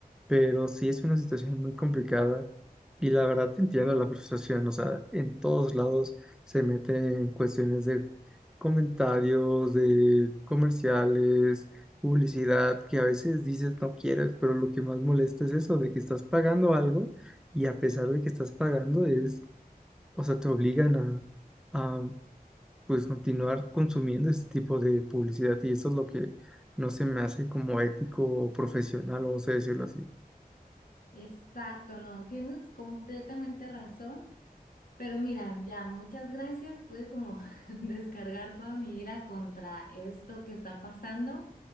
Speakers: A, in the centre; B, on the left.
A: pero sí es una situación muy complicada y la verdad te entiendo la frustración, o sea, en todos lados se meten cuestiones de comentarios, de comerciales, publicidad, que a veces dices no quieres, pero lo que más molesta es eso, de que estás pagando algo y a pesar de que estás pagando es, o sea, te obligan a, a pues continuar consumiendo ese tipo de publicidad y eso es lo que no se me hace como ético o profesional, vamos a decirlo así.
B: Exacto, no, tienes completamente razón, pero mira, ya, muchas gracias, pude como <laughs> descargar toda mi ira contra esto que está pasando.